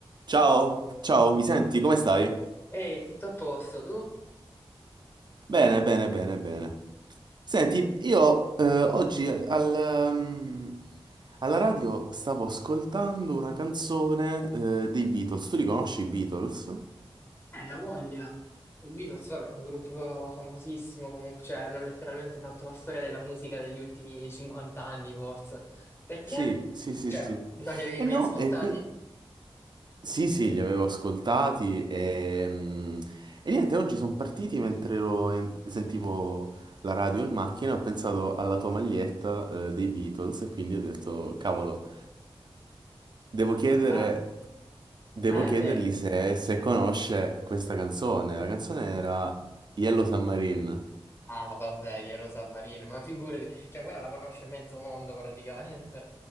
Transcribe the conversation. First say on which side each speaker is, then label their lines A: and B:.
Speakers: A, on the right (about 50°); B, on the left (about 25°).
A: Ciao, ciao, mi senti? Come stai?
B: Ehi, tutto a posto, tu?
A: Bene, bene, bene, bene. Senti, io eh, oggi al, ehm, alla radio stavo ascoltando una canzone eh, dei Beatles. Tu li conosci i Beatles?
B: Eh, la voglia. Il Beatles, vabbè, un gruppo famosissimo comunque, cioè hanno letteralmente fatto la storia della musica degli ultimi 50 anni, forse. Perché?
A: Sì, sì, sì,
B: Cioè,
A: sì.
B: no, non li avevi
A: E
B: mai
A: no,
B: ascoltati?
A: e qui... Sì, sì, li avevo ascoltati e, mm, e niente, oggi sono partiti mentre ero in- sentivo la radio in macchina, ho pensato alla tua maglietta eh, dei Beatles e quindi ho detto, cavolo. Devo chiedere,
B: Ah,
A: devo
B: eh,
A: chiedergli
B: beh.
A: se, se conosce questa canzone. La canzone era Yellow Submarine.
B: Ah, vabbè, glielo sa Marino, ma figurati, cioè quella la conosce mezzo mondo praticamente.